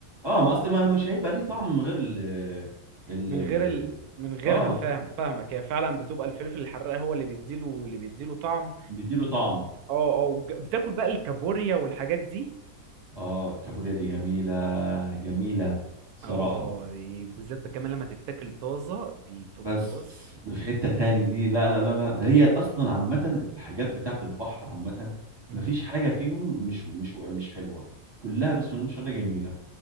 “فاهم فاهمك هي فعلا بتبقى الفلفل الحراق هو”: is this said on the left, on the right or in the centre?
Right